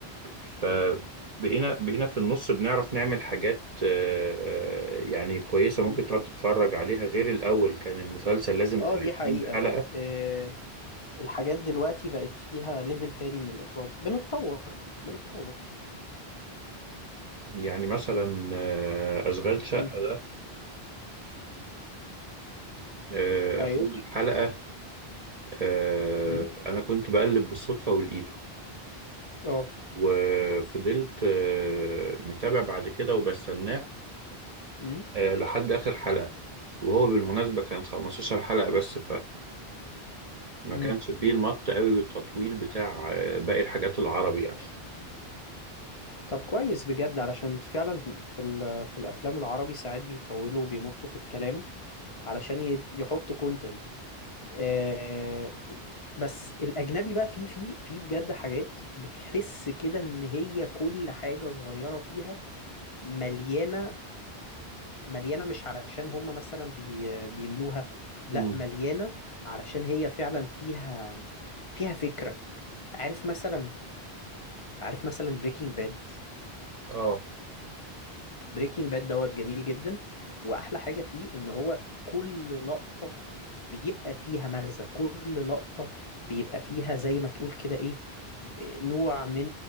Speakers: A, on the right; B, on the left.
A: فبقينا بقينا في النص بنعرف نعمل حاجات آه، آه، يعني كويسة ممكن
B: بت...
A: تقعد تتفرج عليها غير الأول كان المسلسل لازم
B: اه
A: 30
B: دي حقيقة
A: حلقة
B: آه الحاجات دلوقتي بقت فيها ليفل تاني من الإخراج بنتطور بنتطور
A: يعني مثلا آه، أشغال شقة
B: امم
A: ده آه،
B: ايوه
A: أول حلقة آه،
B: امم
A: أنا كنت بقلب بالصدفة ولقيته
B: اه
A: وفضلت آه، متابع بعد كده وبستناه
B: امم
A: آه، لحد آخر حلقة وهو بالمناسبة كان 15 حلقة بس ما
B: امم
A: كانش فيه المط قوي والتطويل بتاع آه، باقي الحاجات العربي يعني
B: طب كويس بجد علشان فعلا في ال... في الأفلام العربي ساعات بيطولوا وبيمطوا في الكلام علشان ي... يحطوا كونتنت آه، بس الاجنبي بقى فيه فيه فيه بجد حاجات بتحس كده ان هي كل حاجه صغيره فيها مليانه مليانه مش علشان هم مثلا بي بيملوها لا
A: امم
B: مليانه علشان هي فعلا فيها فيها فكره عارف مثلا عارف مثلا بريكنج باد
A: اه
B: بريكنج باد <clears throat> دوت جميل جدا واحلى حاجه فيه ان هو كل لقطه بيبقى فيها مغزى كل لقطه بيبقى فيها زي ما تقول كده ايه نوع من